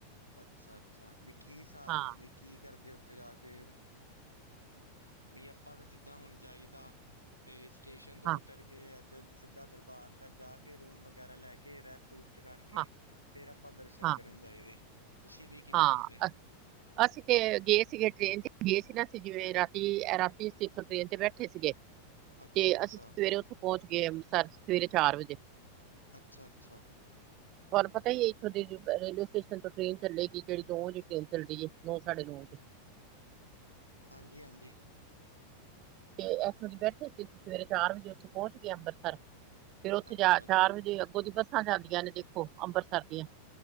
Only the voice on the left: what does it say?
ਅੱਛਾ-ਅੱਛਾ ਬਈ ਕੀ ਸਾਬ
ਬਈ ਕੀ ਕਰਦੇ ਓੱਥੇ ਜਾ ਕੇ ਬਈ ਆਪਾਂ ਤਾਂ ਜਿੱਦਾਂ ਹੁਣ ਜਾਈਦਾ ਤੇ ਸਟੇਸ਼ਨ ਤੋਂ
ਉਤਰ ਕੇ ਐਦਰ ਸਿੱਧਾ ਦਰਬਾਰ ਸੈਬ ਜਾ ਕੇ ਰੂਮ ਵਗੈਰਾ ਲੈ ਕੇ ਰੈਸਟਰੂਸਟ ਕਰਕੇ
ਫੇਰ ਆਪਾਂ ਦਰਸ਼ਨ
ਕਰਨ ਜਾਈਦੇ। ਤੁਸੀਂ ਵੀ ਕਿਵੇਂ
ਕਰਦੇ
ਅੱਛਾ
ਅੱਛਾ
ਅੱਛਾ-ਅੱਛਾ।
ਹਾਂਜੀ-ਹਾਂਜੀ।
ਅੱਛਾ
ਅੱਛਾ